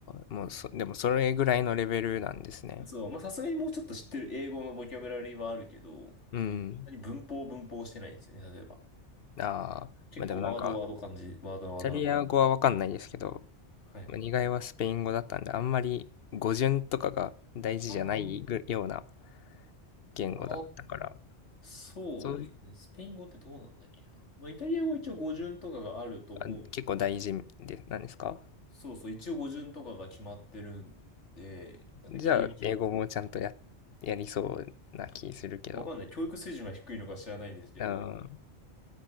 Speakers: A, on the left; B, on the left.
A: あ、もうそ、でもそれぐらいのレベルなんですね。
B: そう、まあさすがにもうちょっと知ってる英語のボキャブラリーはあるけど、
A: うん。
B: うん、そんなに文法文法してないんですよね、例えば。
A: ああ、
B: 結構ワードワード感じ、
A: まあでもなんか、
B: ワードワードな。
A: イタリア語はわかんないですけど、
B: はい。
A: まあにがいはスペイン語だったんで、あんまり語順とかが大事じゃないぐような
B: ああ
A: 言語だったから、
B: ああ、そうですね。
A: そういう、
B: スペイン語ってどうなんだっけな。まあ、イタリア語は一応語順とかがあると思うんですけどね。
A: あ、結構大事で、なんですか
B: そうそう、一応語順とかが決まってるんで、なんか形容詞が、
A: じゃあ、英語もちゃんとや、やりそうな気するけど。
B: わかんない。教育水準が低いのか知らないんですけど、
A: うん、